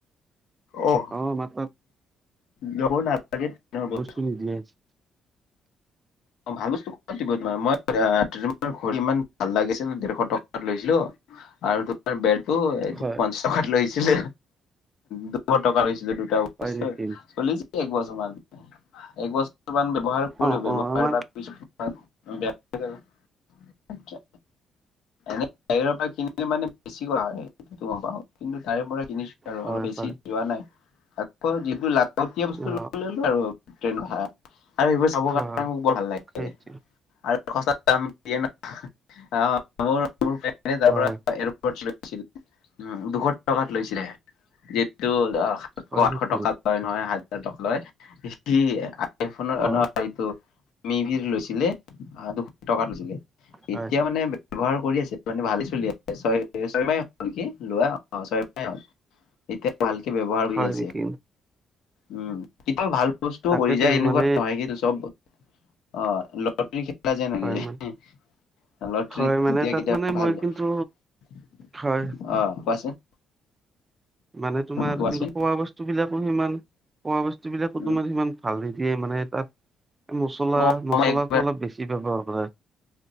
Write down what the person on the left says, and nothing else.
<unintelligible>
ল'ব নালাগে ট্ৰেইনৰ বস্তু।
অ, ভাল বস্তু ক'ত দিব তোমাৰ মই তোমাৰ ঘড়ীৰ ইমান ভাল লাগিছিল ডেৰশ টকাত লৈছিলো আৰু তো আৰু বেলটো এইটো
পঞ্চাছ টকাত লৈছিলে দুশ টকা লৈছিলে দুটা ব
চলিছিল এক বছৰ মান এক বছৰ মান ব্যৱহাৰ কৰিলো
ব্যৱহাৰ
কাৰোবাৰ
পিছত <unintelligible> বেয়া হৈ গ'ল। আচ্ছা, এনে বাহিৰৰ পৰা কিনিলে মানে বেছি কৰা হয়। <unintelligible> তাৰেপৰা কিনিছো আৰু
অলপ বেছি
যো, ৱা নাই। আকৌ যিটো লাগতিয়াল বস্তু
লয় ললোঁ আৰু ট্ৰেইন অহাৰ আগতে। আৰু সেইবোৰ চাব
কাৰণে মোৰ বৰ ভাল লাগে।
আৰু সস্থাত দাম দিয়ে না আহ মোৰ <unintelligible>
পৰা এয়াৰপোৰ্ট লৈছিলে। উম, দুশ টকাত লৈছিলে। যিহেতু সাতশ,
আঠশ
টকা <unintelligible> হাজাৰ টকা লয় <unintelligible>
<unintelligible> লৈছিলে, আহ দুশ টকা লৈছিলে।
এতিয়া মানে ব্যৱহাৰ কৰি আছে, মানে ভালেই চলি আছে। ছয়-ছয়মাহে হ'ল <unintelligible> লোৱা অহ' ছয়মাহ হ'ল, এতিয়া ভালকে ব্যৱহাৰ কৰি
আছে।
উম, কেতিয়াবা ভাল বস্তু
কৰি যায় এনেকুৱাঁ
নহয় কিন্তু চ'ব অহ' লটাৰী খেলা যে <unintelligible>
যায়।
লটৰীত
তেতিয়া
কেতিয়াবা
ভাল। অ'হ
কোৱাছোন।
কোৱাচোন
উম
অ',
মই একবাৰ